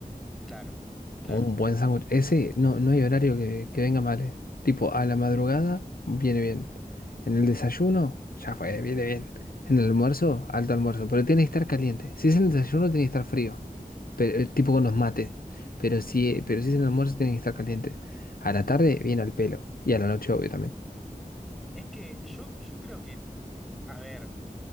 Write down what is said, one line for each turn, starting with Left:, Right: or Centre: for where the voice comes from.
Centre: Claro, claro.
Left: Un buen sándwich. Ese, no, no hay horario que, que venga mal, eh. Tipo, a la madrugada, viene bien. En el desayuno, ya fue, viene bien. En el almuerzo, alto almuerzo, pero tiene que estar caliente. Si es en el desayuno, tiene que estar frío, pero, eh, tipo con los mates. Pero si, pero si es en el almuerzo, tiene que estar caliente. A la tarde, viene al pelo. Y a la noche, obviamente.
Centre: Es que yo, yo creo que, a ver,